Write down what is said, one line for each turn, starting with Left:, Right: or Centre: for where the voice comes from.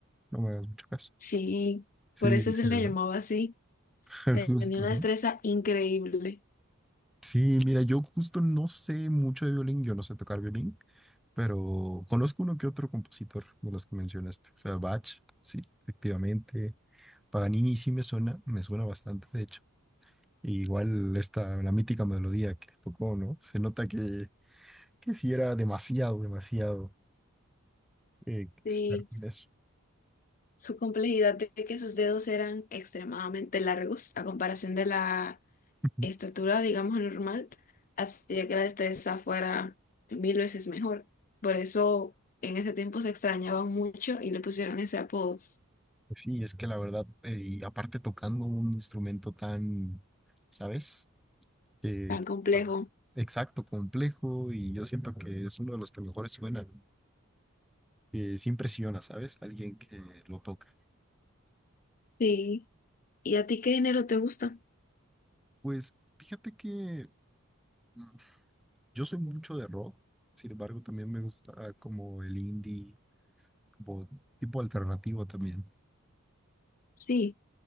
Centre: No me hagas mucho caso.
Left: Sí,
Centre: Sí,
Left: por eso se
Centre: sí,
Left: le
Centre: ¿verdad?
Left: llamaba así.
Centre: <laughs>
Left: Tenía
Centre: Justo,
Left: una
Centre: ¿no?
Left: destreza increíble.
Centre: Sí, mira, yo justo no sé mucho de violín, yo no sé tocar violín, pero conozco uno que otro compositor de los que mencionaste. O sea, Bach, sí, efectivamente. Paganini sí me suena, me suena bastante, de hecho. Y igual esta, la mítica melodía que tocó, ¿no? Se nota que, que sí era demasiado, demasiado eh, experto
Left: Sí,
Centre: en eso.
Left: Su complejidad de que sus dedos eran extremadamente largos a comparación de la
Centre: <laughs>
Left: estatura, digamos, normal, hacía que la destreza fuera mil veces mejor. Por eso en ese tiempo se extrañaban mucho y le pusieron ese apodo
Centre: Pues Sí, es que la verdad, eh, y aparte tocando un instrumento tan, ¿sabes? que,
Left: tan complejo.
Centre: habrá- exacto, complejo, y yo siento que es uno de los que mejores suenan, que sí impresiona, ¿sabes? Alguien que lo toca.
Left: Sí. ¿Y a ti qué género te gusta?
Centre: Pues fíjate que mm, yo soy mucho de rock, sin embargo, también me gusta como el indie, como tipo alternativo también.
Left: Sí.